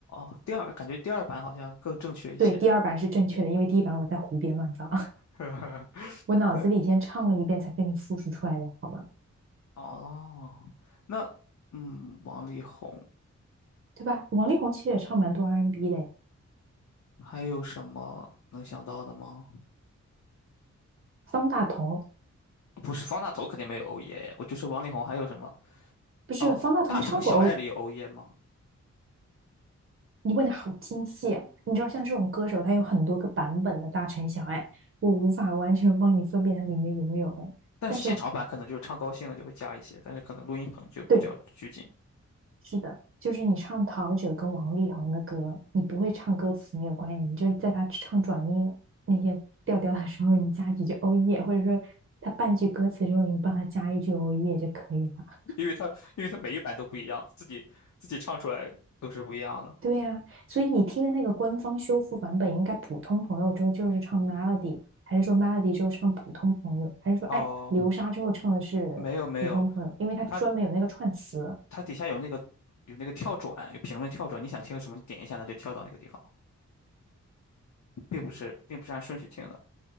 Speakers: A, on the left (about 70°); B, on the right (about 45°).
A: 哦，第二感觉第二版好像更正确一些。
B: 对，第二版是正确的，因为第一版我在胡编乱造。
A: <laughs>
B: 我脑子里先唱了一遍才给你复述出来的，
A: 对，
B: 好吗？
A: 哦，那嗯，王力宏
B: 对吧？王力宏其实也唱蛮多 R&B N 的，
A: 还有什么能想到的吗？
B: 方大同
A: 不是方大同肯定没有欧耶，我就说王力宏还有什么？
B: 不是方大同唱过欧，
A: 哦，《大城小爱》里有欧耶吗？
B: 你问的好精细啊！你知道像这种歌手，他有很多个版本的大城小爱，我无法完全帮你分辨它里面有没有哎但是
A: 但是现场版可能就是唱高兴了就会加一些，但是可能录音棚就比较拘谨，
B: 对，是的，就是你唱陶喆跟王力宏的歌，你不会唱歌词没有关系，你就在他唱转音那些调调的时候，你加几句欧耶，或者说他半句歌词之后，你帮他加一句欧耶就可以了。
A: 因为它因为它每一版都不一样，自己自己唱出来都是不一样的。
B: 对呀、所以你听的那个官方修复版本，应该普通朋友之后就是唱 Melody，还是说 Melody 之后唱普通朋友，还是说哎流沙之后唱的是普通朋友？
A: 哦，没有没有，
B: 因为它专门有那个串词。
A: 他它底下有那个有那个跳转，有评论跳转，你想听什么，你点一下它就跳到那个地方并不是并不是按顺序听的。